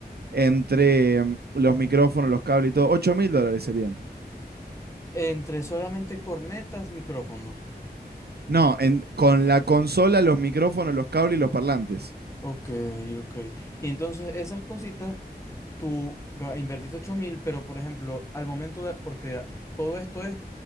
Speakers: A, on the right; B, on the left.
A: entre mm, los micrófonos, los cables y todo, 8000 dólares serían.
B: Entre solamente cornetas, micrófonos.
A: No, en- con la consola, los micrófonos, los cables y los parlantes.
B: Ok, ok. Y entonces esas cositas, tú ga- invertiste ocho mil, pero por ejemplo, al momento de, porque todo esto es